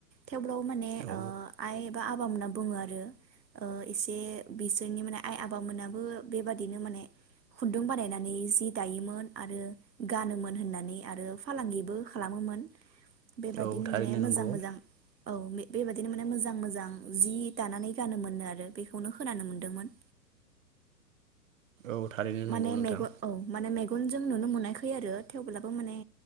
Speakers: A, on the right; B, on the right.
A: थेवब्लाबो माने
B: औ
A: ओ आइ एबा आ <unintelligible> बुङो आरो एसे बे जोंनि माने आइ आफबामोनाबो बेबादिनो माने खुन्दुं बानायनानै जि दायोमोन आरो गानोमोन होननानै आरो फालांगिबो खालामोमोन। बेबादिनो
B: औ थारैनो
A: माने मोजां
B: नंगौ
A: मोजां औ। बेबायदिनो माने मोजां मोजां जि दानानै गानोमोननो आरो। बेखौनो खोनानो मोनदोंमोन।
B: औ थारैनो नंगौ
A: माने
B: नोंथां।
A: मेगन औ माने मेगनजों नुनो मोनाखै आरो थेवब्लाबो माने